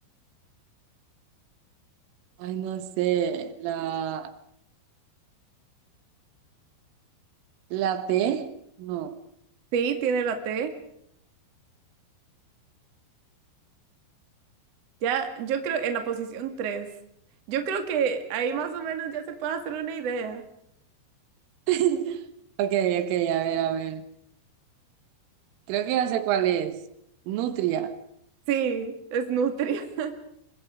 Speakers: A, on the right; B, on the right.
A: Ay, no sé. La, la T, no.
B: Sí, tiene la T. Ya, yo creo, en la posición tres Yo creo que ahí más o menos ya se puede hacer una idea.
A: <laughs> Ok, ok, a ver, a ver. Creo que ya sé cuál es. Nutria.
B: Sí, es nutria. <laughs>